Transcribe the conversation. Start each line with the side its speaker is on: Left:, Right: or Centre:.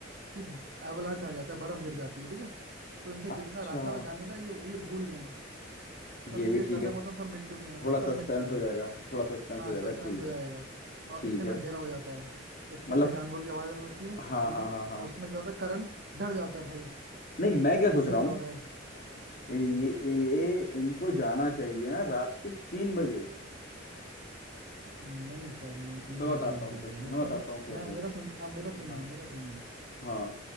Right: कि एवलांच आ जाता है बर्फ गिर जाती है ठीक है तो इनके जितना
Left: अच्छा
Right: रास्ता था जाने का ये ये भूल गए हैं सब
Left: ये
Right: इनके
Left: भी ठीक
Right: कदम
Left: है
Right: वदम सब मिट चुके हैं
Left: थोड़ा
Right: सब
Left: सस्पेंस
Right: मिट चुके
Left: हो
Right: हैं
Left: जाएगा थोड़ा सस्पेंस
Right: हाँ
Left: हो जाएगा
Right: सस्पेंस
Left: ठीक
Right: हो जाएगा
Left: है
Right: और
Left: ठीक
Right: इतने
Left: है
Right: में अंधेरा हो जाता है इतने
Left: मतलब
Right: में जानवर की आवाज आने लगती है
Left: हाँ
Right: हाँ
Left: हाँ हाँ हाँ
Right: और उसमें क्या होता है करण डर जाता है भाई <clears throat>
Left: नहीं मैं क्या सोच रहा
Right: ये क्या
Left: हूँ
Right: हो रहा है हाँ
Left: ये
Right: बताइए
Left: ये इनको जाना चाहिए ना रात के तीन बजे
Right: नहीं सर नहीं
Left: मैं
Right: तीन
Left: बताता
Right: बजे नहीं
Left: हूँ
Right: लग
Left: कैसे
Right: रहा है
Left: मैं
Right: मैं बताऊं
Left: बताता हूँ कैसे
Right: मैं मेरा सुन अब मेरा सुनिए
Left: हाँ
Right: मेरा सुनिए
Left: हाँ